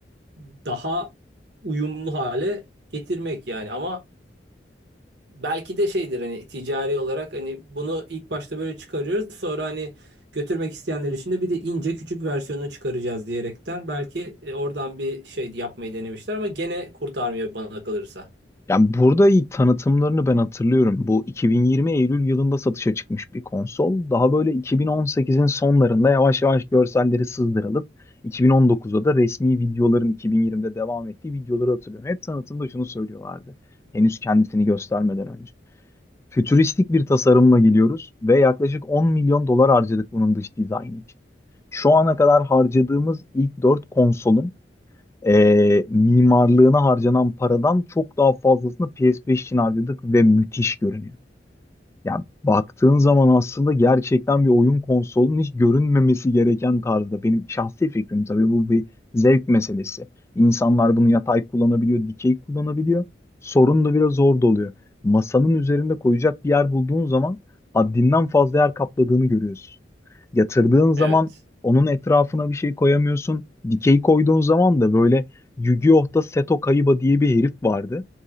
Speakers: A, on the right; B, on the left.
A: daha uyumlu hale getirmek yani ama belki de şeydir hani ticari olarak hani bunu ilk başta böyle çıkarıyoruz sonra hani götürmek isteyenler için de bir de ince küçük versiyonunu çıkaracağız diyerekten belki e, oradan bir şey yapmayı denemişler ama gene kurtarmıyor bana kalırsa.
B: Yani burada ilk tanıtımlarını ben hatırlıyorum. Bu 2020 Eylül yılında satışa çıkmış bir konsol. Daha böyle 2018'in sonlarında yavaş yavaş görselleri sızdırılıp 2019'da da resmi videoların 2020'de devam ettiği videoları hatırlıyorum. Hep tanıtımda şunu söylüyorlardı. Henüz kendisini göstermeden önce. Fütüristik bir tasarımla geliyoruz ve yaklaşık 10 milyon dolar harcadık bunun dış dizaynı için. Şu ana kadar harcadığımız ilk 4 konsolun e, mimarlığına harcanan paradan çok daha fazlasını PS5 için harcadık ve müthiş görünüyor. Yani baktığın zaman aslında gerçekten bir oyun konsolunun hiç görünmemesi gereken tarzda. Benim şahsi fikrim tabii bu bir zevk meselesi. İnsanlar bunu yatay kullanabiliyor, dikey kullanabiliyor. Sorun da biraz orada oluyor. Masanın üzerinde koyacak bir yer bulduğun zaman haddinden fazla yer kapladığını görüyorsun. Yatırdığın zaman
A: Evet.
B: onun etrafına bir şey koyamıyorsun. Dikey koyduğun zaman da böyle Yu-Gi-Oh'ta Seto Kaiba diye bir herif vardı.